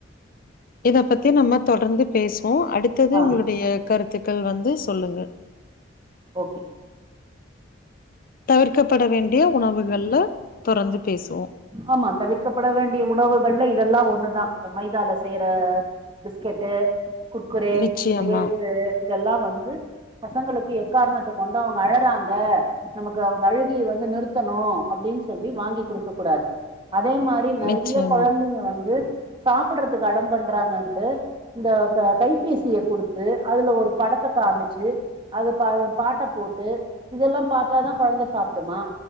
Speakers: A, on the left; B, on the right.
A: இத பத்தி நம்ம தொடர்ந்து பேசுவோ அடுத்தது
B: ஆ
A: உங்ளுடைய கருத்துக்கள் வந்து சொல்லுங்க
B: ஓகே
A: தவிர்க்கப்பட வேண்டிய உணவுகள்ல தொடர்ந்து பேசுவோ
B: ஆமா தவிர்க்கப்பட வேண்டிய உணவுகள்ல இதெல்லா ஒண்ணுதா இந்த மைதால செய்ற பிஸ்கெட்டு் குர்குரே
A: நிச்சயமா
B: லேசு இதெல்லா வந்து பசங்களுக்கு எக்காரணத்த கொண்டு அவ்ங்க அழறாங்க நமக்கு அவுங்க அழுகிய வந்து நிறுத்தணு அப்டின்னு சொல்லி வாங்கி குடுக் க குடாது அதே மாரி நெறைய
A: நிச்சயமா
B: கொழந்திங்க வந்து சாப்டுறதுக்கு அடம் பண்றாங்கன்ட்டு இந்த க கைபேசிய குடுத்து அதுல ஒரு படத்த காமிச்சு அது ப பாட்ட போட்டு இதெல்லா பாத்தாதா கொழந்த சாப்புடுமா